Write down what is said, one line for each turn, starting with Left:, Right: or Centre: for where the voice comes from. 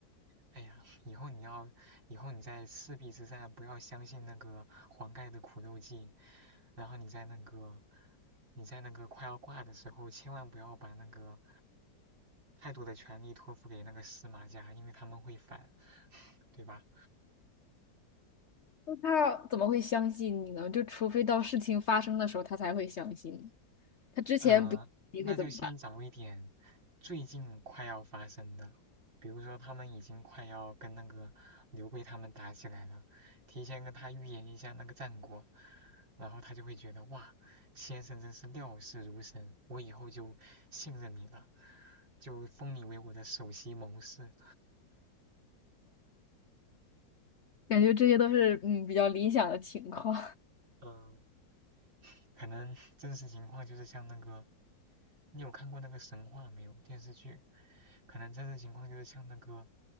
Right: 哎呀，以后你要，以后你在赤壁之战不要相信那个黄盖的苦肉计，然后你在那个，你在那个快要挂的时候，千万不要把那个太多的权力托付给那个司马家，因为他们会反，<laughs> 对吧？
Left: 那他怎么会相信你呢？就除非到事情发生的时候，他才会相信你。他之前不，
Right: 呃，
Left: 你会怎么办？
Right: 那就先找一点最近快要发生的，比如说他们已经快要跟那个刘备他们打起来了，提前跟他预言一下那个战果，然后他就会觉得哇，先生真是料事如神，我以后就信任你了，就封你为我的首席谋士。
Left: 感觉这些都是嗯比较理想的情况。
Right: 嗯、可能真实情况就是像那个，你有看过那个神话没有？电视剧，可能真实情况就是像那个